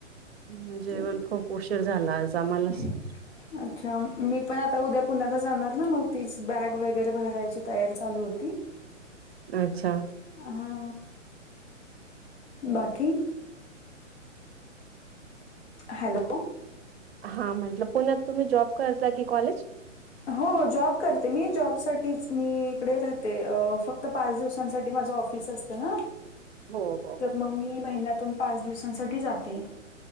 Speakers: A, on the right (about 55°); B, on the left (about 60°).
A: म जेवण,
B: ते
A: खूप उशीर झाला आज.
B: <inaudible>
A: <inaudible>
B: अच्छा, मी पण आता उद्या पुण्याला जाणार, मग तीच बॅग वगैरे भरायची, तयारी चालू होती.
A: अच्छा
B: हा, बाकी? हॅलो
A: हा म्हटलं, पुण्यात तुम्ही जॉब करता की कॉलेज?
B: हो - हो जॉब करते मी, जॉबसाठीच मी इकडे राहते, अ फक्त पाच दिवसांसाठी माझं ऑफ फीस असत ना?
A: <inaudible> हो
B: तर
A: हो
B: म
A: हो
B: मी महिन्यातून पाच दिवसांसाठी जाते.